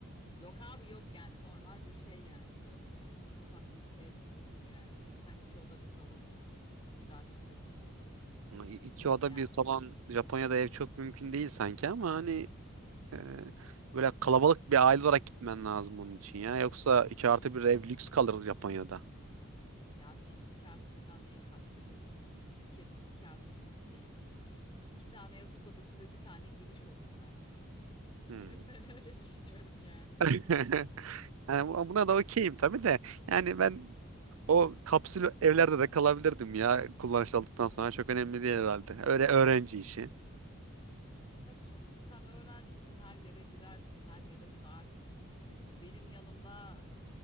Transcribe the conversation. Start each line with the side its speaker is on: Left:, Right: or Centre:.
Left: Yok abi yok yani normal bir şey yani böyle bir ufak bir ev olur yani. Lütfen iki oda bir salon olsun. Bir artı bir olmasın.
Right: Ama İ- İki oda
Left: Yani
Right: bir salon Japonya'da ev çok mümkün değil sanki ama hani e, böyle kalabalık bir aile olarak gitmen lazım onun için ya. Yoksa iki artı bir ev lüks kalır Japonya'da.
Left: ya abi şimdi iki artı birden neyi kastediyorsun? Şimdi Türkiye'deki iki artı bir gibi değil. İki tane yatak odası ve bir tane giriş olur zaten orada.
Right: Hmm.
Left: <laughs> Ben öyle düşünüyorum yani.
Right: <laughs> Yani bu- buna
Left: Ne
Right: da okeyim
Left: olacak?
Right: tabii de. Yani ben O kapsül evlerde de kalabilirdim ya kullanışlı olduktan sonra. Çok önemli değil herhalde. Öyle öğrenci işi.
Left: E tabii canım sen öğrencisin her yere girersin her yere sığarsın. Ya benim yanımda e,